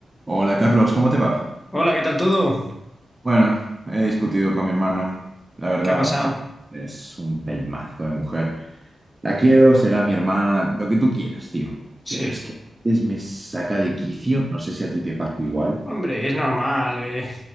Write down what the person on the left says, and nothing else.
Hola, ¿qué tal todo?
¿Qué ha pasado?
Sí.
Hombre, es normal. eh.